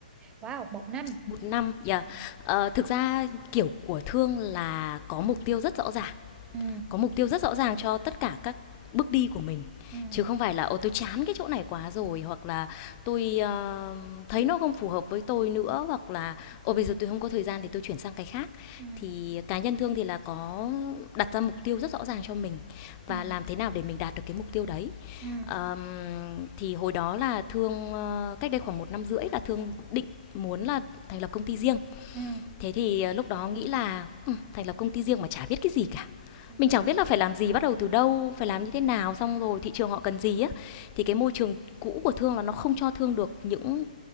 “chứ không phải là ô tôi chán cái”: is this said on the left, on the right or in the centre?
Left